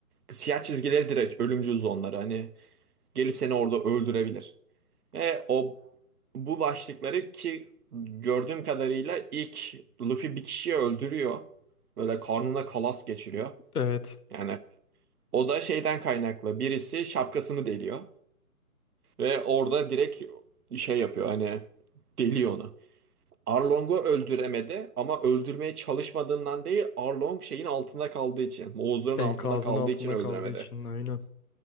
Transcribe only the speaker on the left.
Evet.
Enkazın
altında
kaldığı için aynen.